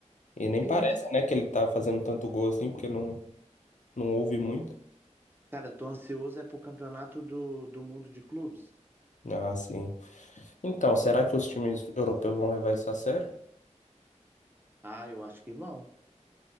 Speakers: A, on the left; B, on the right.
A: E nem
B: Que
A: parece,
B: isso?
A: né, que ele tá fazendo tanto gol assim, porque não, não houve muito.
B: Cara, eu tô ansioso é pro campeonato do, do mundo de clubes.
A: Ah, sim. Então, será que os times europeus vão levar isso a sério?
B: Ah, eu acho que vão.